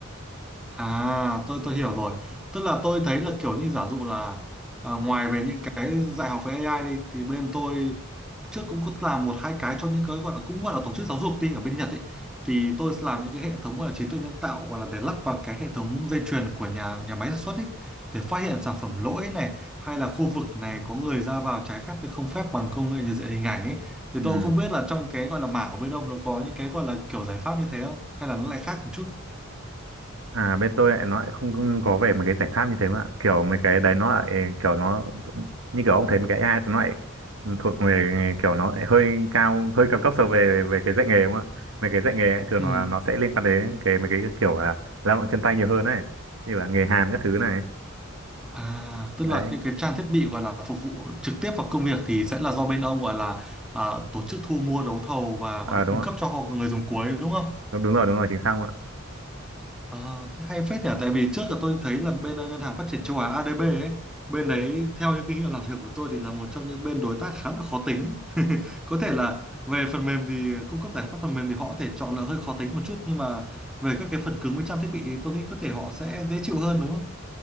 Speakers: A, in the centre; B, on the right.
A: À, tôi tôi hiểu rồi. Tức là tôi thấy là kiểu như giả dụ là à, ngoài về những cái dạy học về AI đi thì bên tôi trước cũng có làm một hai cái cho những cái gọi là cũng gọi là tổ chức giáo dục đi ở bên Nhật ấy thì tôi làm những cái hệ thống gọi là trí tuệ nhân tạo gọi là để lắp vào cái hệ thống dây chuyền của nhà nhà máy sản xuất ấy để phát hiện sản phẩm lỗi này hay là khu vực này có người ra vào trái phép hay không phép bằng công nghệ nhận diện hình ảnh ấy thì
B: ừ.
A: tôi cũng không biết là trong cái gọi là mảng của bên ông nó có những cái gọi là kiểu giải pháp như thế không hay là nó lại khác một chút.
B: À bên tôi lại nó lại không có về mấy cái giải pháp như thế mà kiểu mấy cái đấy nó lại kiểu nó như kiểu ông thấy mấy cái AI thì nó lại thuộc về kiểu nó lại hơi cao hơi cao cấp so về về cái dạy nghề đúng không ạ mấy cái dạy nghề ấy, thường
A: Ừ.
B: nó nó sẽ liên quan đến cái mấy cái kiểu là lao động chân tay nhiều hơn này như là nghề hàn các thứ này
A: À, tức
B: đấy
A: là những cái trang thiết bị gọi là phục vụ trực tiếp vào công việc thì sẽ là do bên ông gọi là à, tổ chức thu mua đấu thầu và
B: Ờ
A: gọi là
B: đúng
A: cung
B: không
A: cấp cho họ người dùng cuối đúng không?
B: ạ đúng, đúng rồi đúng rồi chính xác
A: À, thế hay phết nhỉ, tại vì trước là tôi thấy là bên à, Ngân hàng Phát triển Châu Á ADB ấy, bên đấy theo những kinh nghiệm làm việc của tôi thì là một trong những bên đối tác khá là khó tính. ấy. Có thể là về phần mềm thì cung cấp giải pháp phần mềm thì họ có thể chọn là hơi khó tính một chút nhưng mà về các cái phần cứng với trang thiết bị thì tôi nghĩ có thể họ sẽ dễ chịu hơn đúng không?